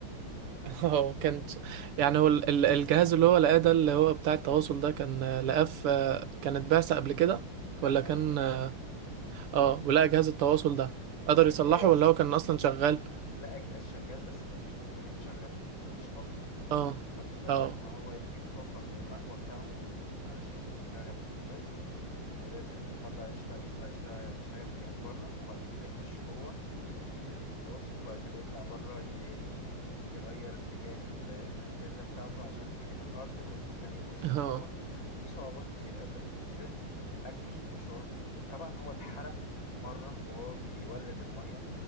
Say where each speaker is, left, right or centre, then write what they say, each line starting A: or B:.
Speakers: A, on the left; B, on the right.
A: فأنت
B: <laughs> اه كانت يعني هو ال- ال- الجهاز اللي هو لقاه ده اللي هو بتاع التواصل ده كان آه، لقاه في آه، كانت بعثة قبل كده
A: بعثة
B: ولا كان
A: قديمة
B: اه آه، ولقى جهاز التواصل ده
A: لا
B: قدر يصلحه
A: جهاز
B: ولا هو كان اصلا شغال
A: لا جهاز شغال بس مفيش بطارية تشغله مفيش طاقة
B: اه
A: فابتدى
B: اه
A: إن هو يجيب طاقة من المأوى بتاعهم علشان يشغل الجهاز ولازم يطلع يشتغل يطلع يشتغل يشغل الجهاز بره وبعد كده يخش جوه ي- يتواصل وبعد كده يطلع بره ي- ي- يغير اتجاه ال- الأنتنة بتاعته عشان اتجاه الأرض ويدخل تاني يتواصل
B: اه
A: من جوه في صعوبات كتير قابلته في الفيلم أكل شرب طبعا هو اتحرق مرة وهو بيولد المية